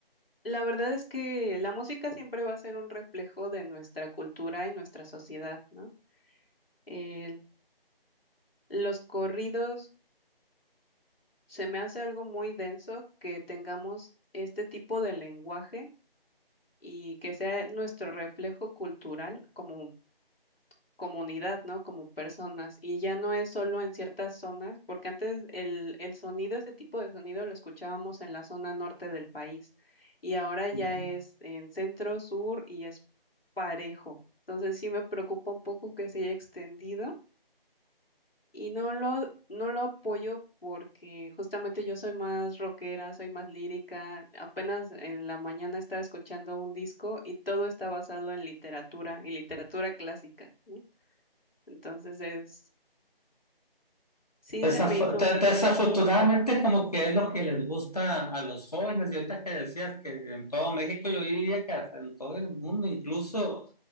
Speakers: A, on the left (about 70°); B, on the left (about 40°).
A: la verdad es que la música siempre va a ser un reflejo de nuestra cultura y nuestra sociedad, ¿no? El- los corridos se me hace algo muy denso que tengamos este tipo de lenguaje y que sea nuestro reflejo cultural como comunidad, ¿no? Como personas. Y ya no es solo en ciertas zonas, porque antes el, el sonido, este tipo de sonido lo escuchábamos en la zona norte del país y ahora ya
B: Ujú.
A: es en centro, sur y es parejo. Entonces sí me preocupa un poco que se haya extendido y no lo, no lo apoyo porque justamente yo soy más rockera, soy más lírica. Apenas en la mañana estaba escuchando un disco y todo está basado en literatura y literatura clásica, ¿no? Entonces es, sí
B: Desafo-
A: se me hizo,
B: de- Desafortunadamente es como que es lo que les gusta a los jóvenes y ahorita que decías que en todo México yo diría que hasta en todo el mundo, incluso